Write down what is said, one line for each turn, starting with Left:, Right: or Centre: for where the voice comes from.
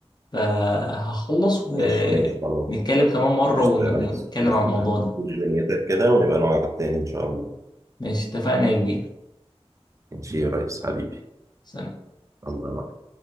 Left: فهخلص ونتكلم
Right: ماشي ماشي خلاص
Left: كمان مرة
Right: قشطة
Left: ون-
Right: يا
Left: ونتكلم
Right: ريس شوف
Left: عن الموضوع ده
Right: دنيتك كده ونبقى نقعد تاني إن شاء الله
Left: ماشي اتفقنا يا كبير
Right: ماشي يا ريس حبيبي
Left: سلام
Right: الله معك